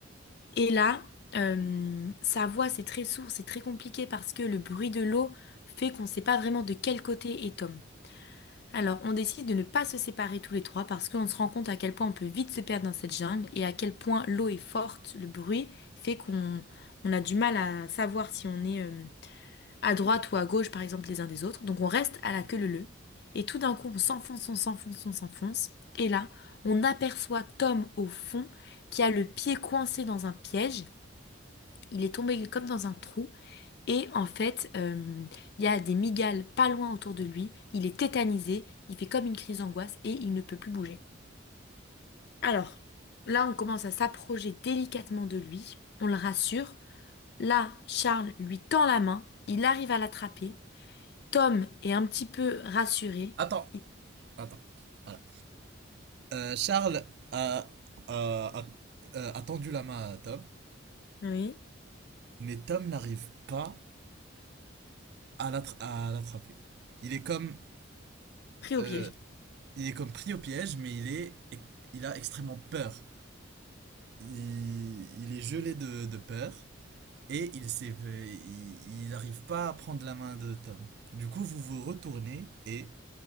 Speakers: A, on the left (about 55°); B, on the right (about 55°).
A: et là, euh, sa voix, c'est très sourd, c'est très compliqué parce que le bruit de l'eau fait qu'on ne sait pas vraiment de quel côté est Tom. Alors, on décide de ne pas se séparer tous les trois parce qu'on se rend compte à quel point on peut vite se perdre dans cette jungle et à quel point l'eau est forte, le bruit fait qu'on on a du mal à savoir si on est euh, à droite ou à gauche, par exemple, les uns des autres. Donc, on reste à la queue leu leu. Et tout d'un coup, on s'enfonce, on s'enfonce, on s'enfonce. Et là, on aperçoit Tom au fond qui a le pied coincé dans un piège. Il est tombé comme dans un trou et en fait, euh, il y a des migales pas loin autour de lui. Il est tétanisé, il fait comme une crise d'angoisse et il ne peut plus bouger. Alors, là, on commence à s'approcher délicatement de lui. On le rassure. Là, Charles lui tend la main. Il arrive à l'attraper. Tom est un petit peu rassuré.
B: Attends,
A: Il-
B: attends. Voilà. Euh, Charles a, a- a- a- a tendu la main à Tom,
A: Oui,
B: mais Tom n'arrive pas à l'attra- à l'attraper. Il est comme,
A: pris au
B: euh,
A: piège.
B: il est comme pris au piège, mais il est, il a extrêmement peur. il, il est gelé de, de peur et il s'est- il n'arrive pas à prendre la main de Tom. Du coup, vous vous retournez et...